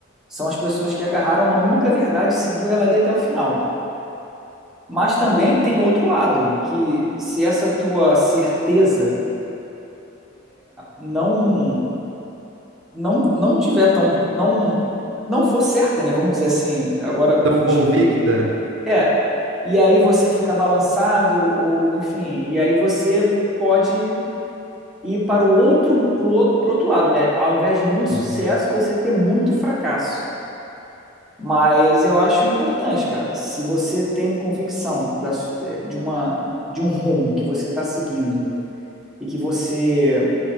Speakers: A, in the centre; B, on the right.
A: são as pessoas que agarraram uma única verdade e seguiu ela ali até o final. Mas também tem o outro lado, que se essa tua certeza não não não tiver tão não não for certa, né? Vamos dizer assim, agora
B: Tão
A: fugiu
B: convicta?
A: aqui. É, e aí você fica balançado, ou enfim, e aí você pode ir para o outro, pro outro, pro outro lado, né? Ao invés de muito sucesso,
B: uhum,
A: você ter muito fracasso. Mas eu acho importante, cara. Se você tem convicção da su- eh, de uma, de um rumo que você está seguindo e que você